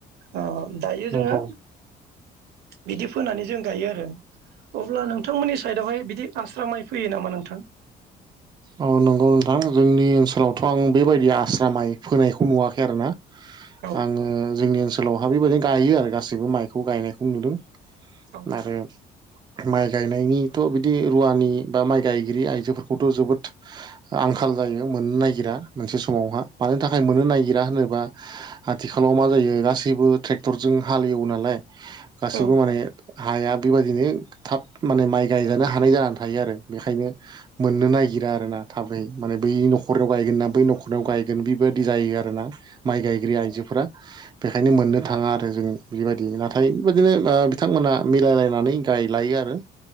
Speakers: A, on the right; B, on the right.
A: ओ दायो
B: नंगौ
A: जोङो। बिदि फोनानै जों गायो आरो अब्ला नोंथांमोननि साइड आवहाय बिदि आस्रा माइ फैयो नामा नोंथां?
B: औ नंगौ नोंथां जोंनि ओनसोलावथ' आं बेबायदि आस्रा माइ फोनायखौ नुवाखै आरो ना।
A: औ
B: आङो जोंनि ओनसोलावहा बेबायदिनो गायो आरो गासैबो माइखौ गायनायखौ नुदों।
A: औ
B: आरो माइ गायनायनिथ' बिदि रुवानि बा माइ गायगिरि आइजो खौथ' जोबोद आंखाल जायो मोननो नायगिरा मोनसे समावहा मानो थाख थाखाय मोननो नागिरा होनोबा आथिखालाव मा जायो गासैबो ट्रेक्टरजों हाल एवो नालाय। गासिबो
A: औ
B: माने हाया बेबायदिनो थाब माने माइ गायजानो हानाय जानानै थायो आरो बेखायनो। मोननो नागिरा आरो ना थाबै माने बै न'खराव। गायगोन ना बै न'खराव गायगोन बिबायदि जायो आरोना? माइ गायग्रोयो आइजोफोरा बेखायनो मोननो थाङा आरो जों, बेबायदि नाथाय बेबायदिनो बिथांमोनहा मिलायलायनानै गायलायो आरो।